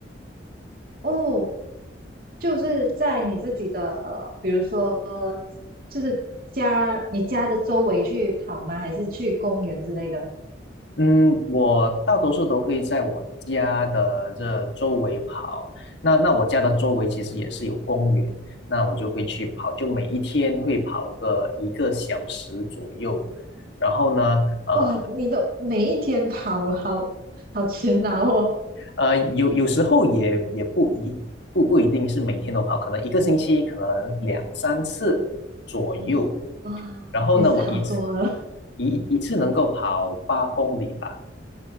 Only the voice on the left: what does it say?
嗯，我大多数都会在我家的这周围跑。那那我家的周围其实也是有公园，那我就会去跑，就每一天会跑个一个小时左右。然后呢，呃，
呃，有有时候也也不一不不一定是每天都跑，可能一个星期可能两三次左右。
然后呢，
我一次一一次能够跑八公里吧。